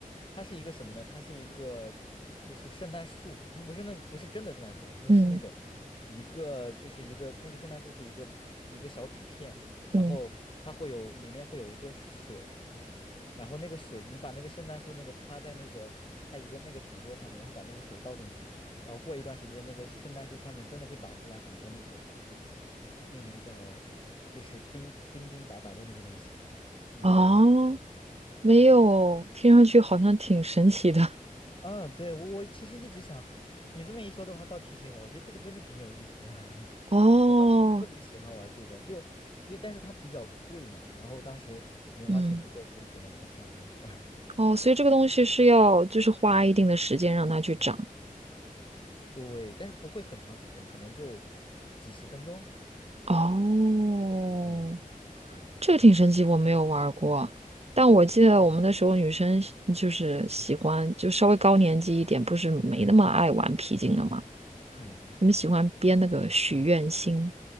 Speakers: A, on the left; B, on the right.
A: 它是一个什么呢？它是一个就是圣诞树，它不是那不是真的圣诞树啊，它是那种
B: 嗯
A: 一个就是一个那个圣诞树是一个一个小纸片，然后它会有里面会有一个水。
B: 嗯，
A: 然后那个水，你把那个圣诞树那个插在那个它一个那个底座上面，然后把那个水倒进去，然后过一段时间，那个圣诞树上面真的会长出来很多那个那那个叫就是冰冰冰白白的那个东西，你有玩过吗？
B: 哦，没有，听上去好像挺神奇的。
A: 嗯，对，我其实一直想，你这么一说的话，倒提醒我，我觉得这个真的挺有意思的。<laughs>
B: 哦，
A: 我当时特别喜欢玩这个，就因为但是它比较贵嘛，然后当时零花钱不够，
B: 嗯，
A: 所以只能看其他同学玩。
B: 哦，所以这个东西是要就是花一定的时间让它去长。
A: 对，但是不会很长时间，可能就几十分钟。
B: 哦，
A: 嗯嗯嗯，对，
B: 这个挺神奇，
A: 是的。
B: 我没有玩儿过，但我记得我们那时候女生喜就是喜欢，
A: 啊，
B: 就稍微高年级一点，不是没那么爱玩皮筋了嘛，
A: 嗯嗯嗯，
B: 她们喜欢编那个许愿星，